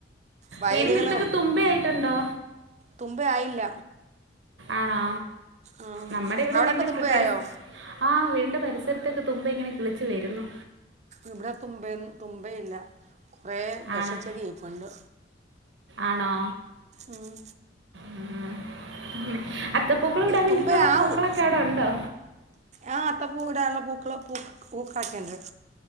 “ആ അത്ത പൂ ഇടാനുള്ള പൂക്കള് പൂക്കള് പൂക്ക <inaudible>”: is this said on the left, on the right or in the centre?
Right